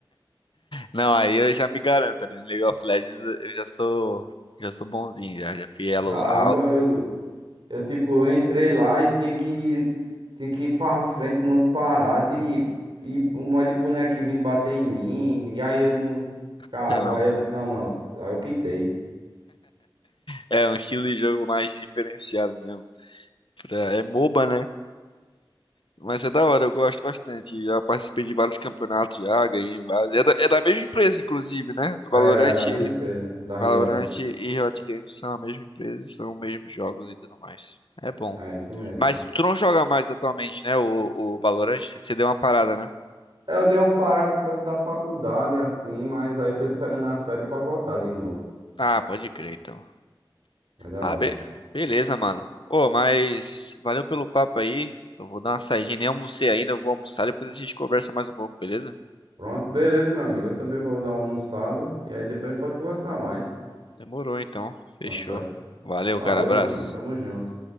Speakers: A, on the left; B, on the right.
A: Não, aí eu já me garanto ali no League of Legends, eu já sou, já sou bonzinho já, já fui elo
B: Caramba,
A: alto.
B: eu, Eu, tipo, eu entrei lá e tinha que, tinha que ir pra frente numas paradas e, e um monte de bonequinho vindo bater em mim. E aí eu não.
A: <laughs>
B: Cara,
A: Não,
B: aí eu disse, não, não. Aí eu quitei.
A: é um estilo de jogo mais diferenciado mesmo. Pra- É MOBA, né? Mas é da hora, eu gosto bastante. Já participei de vários campeonatos já, ganhei vários. É da, é da mesma empresa, inclusive, né? Do Valorant,
B: É, da mesma empresa, da Riot.
A: Valorant e Riot Games são a mesma empresa, são os mesmos jogos e tudo mais. É bom.
B: É isso mesmo.
A: Mas tu não joga mais atualmente, né? O, o Valorant, você deu uma parada, né?
B: Eu dei uma parada por causa da faculdade, assim, mas aí eu tô esperando as férias pra voltar de novo.
A: Ah, pode crer, então.
B: É da
A: Ah,
B: hora.
A: be- beleza, mano. Ô, mas valeu pelo papo aí. Eu vou dar uma saidinha, nem almocei ainda, eu vou almoçar, depois a gente conversa mais um pouco, beleza?
B: Pronto, beleza, meu amigo. Eu também vou dar uma almoçada e aí depois a gente pode conversar mais.
A: Demorou então. Fechou.
B: Tá certo.
A: Valeu,
B: Valeu,
A: cara, abraço.
B: meu mano. Tamo junto.